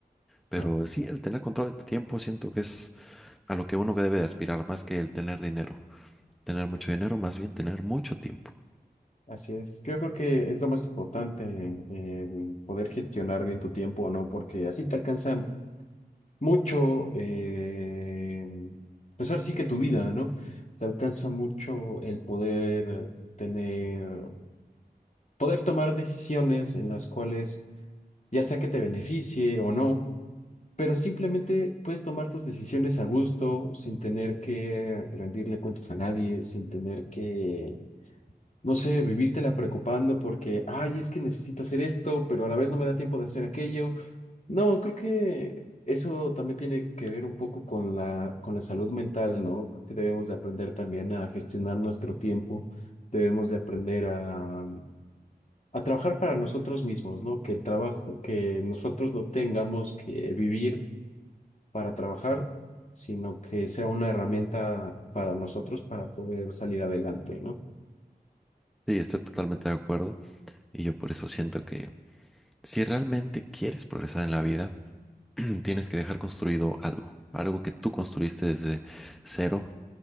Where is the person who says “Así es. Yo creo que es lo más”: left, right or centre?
Left